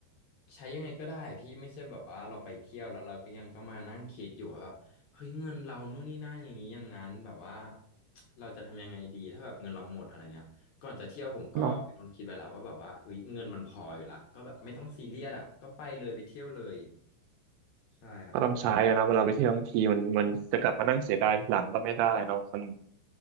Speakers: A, on the left; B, on the right.
A: ใช้ยังไงก็ได้พี่ไม่ใช่แบบว่าเราไปเที่ยวแล้วเราก็ยังต้องมานั่งคิดอยู่ว่าแบบเฮ้ยเงินเรานู่นนี่นั่นอย่างนี้อย่างนั้นแบบว่าเราจะทำยังไงดีถ้าแบบเงินเราหมดอะไรเงี้ยก่อนจะเที่ยวผมก็เป็นคนคิดไว้แล้วว่าแบบว่าเฮ้ยเงินมันพออยู่ละก็แบบไม่ต้องซีเรียสอ่ะก็ไปเลยไปเที่ยวเลย
B: เนาะ
A: ใช่ครับ
B: ก็ต้องใช้อะนะเวลาไปเที่ยวทั้งทีมันมันจะกลับมานั่งเสียดายหลังก็ไม่ได้เนาะมัน